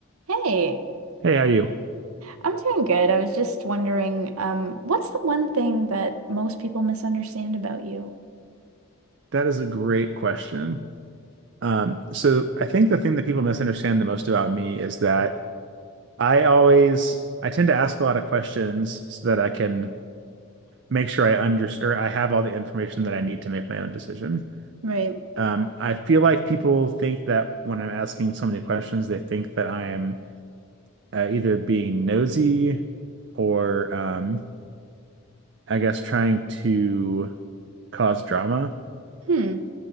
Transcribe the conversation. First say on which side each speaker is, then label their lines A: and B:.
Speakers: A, on the right; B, on the right.
A: Hey,
B: Hey, how are you?
A: I'm doing good. I was just wondering, um, what's the one thing that most people misunderstand about you?
B: That is a great question. Um, so I think the thing that people misunderstand the most about me is that I always I tend to ask a lot of questions so that I can make sure I understand or I have all the information that I need to make my own decision.
A: Right.
B: Um, I feel like people think that when I'm asking so many questions, they think that I am uh, either being nosy or um, I guess trying to cause drama.
A: Hmm.